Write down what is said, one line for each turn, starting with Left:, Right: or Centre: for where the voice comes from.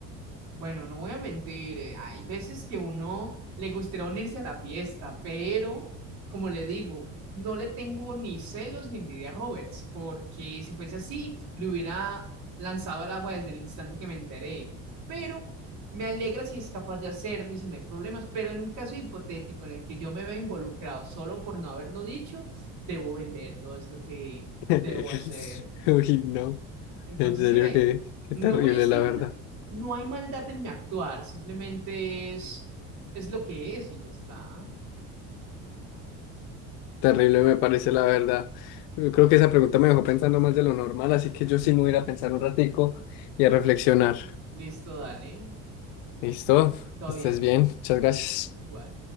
Right: Bueno, no voy a mentir, eh, Hay veces que uno le gustaría unirse a la fiesta, pero como le digo, no le tengo ni celos ni envidia a Roberts, porque si fuese así, le hubiera lanzado al agua desde el instante que me enteré. Pero me alegra si es capaz de hacerlo y si no hay problemas, pero en un caso hipotético en el que yo me vea involucrado solo por no haberlo dicho, debo venderlo, es lo que
Left: <laughs>
Right: debo hacer.
Left: Uy, no,
Right: Entonces,
Left: en serio
Right: si ve,
Left: que, que
Right: no
Left: terrible
Right: es
Left: la
Right: ninguna,
Left: verdad.
Right: no hay maldad en mi actuar, simplemente es, es lo que es y ya está.
Left: Terrible me parece la verdad. Yo creo que esa pregunta me dejó pensando más de lo normal, así que yo sí
Right: Ujú.
Left: me voy a ir a pensar un ratico y a reflexionar.
Right: Listo, dale,
Left: ¿Listo?
Right: todo
Left: Estés
Right: bien,
Left: bien. Muchas gracias.
Right: igual.